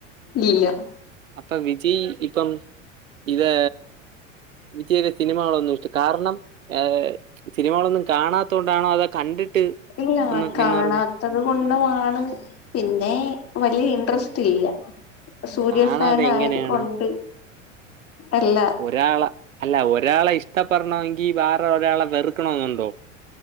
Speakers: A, on the left; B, on the right.
A: ഇല്ല
B: അപ്പോ വിജയ് ഇപ്പം ഇത് വിജയിടെ സിനിമകളൊന്നും ഇഷ്ട കാരണം ഏഹ് സിനിമകളൊന്നും കാണാത്തത് കൊണ്ടാണോ അതോ കണ്ടിട്ട്
A: ഇല്ലാ
B: ഒന്നും
A: കാണാ
B: എന്ന് പറഞ്ഞ്
A: ത്തത് കൊണ്ടാണ് പിന്നെ വലിയ ഇൻട്രസ്റ്റ് ഇല്ല. സൂര്യ
B: കാണാതെ
A: ഫാൻ
B: എങ്ങനെയാണ്
A: ആയത് കൊണ്ട് എല്ല
B: ഒരാളെ അല്ല ഒരാളെ ഇഷ്ടപ്പെടണമെങ്കിൽ വേറെ ഒരാളെ വെറുക്കണെന്നുണ്ടോ.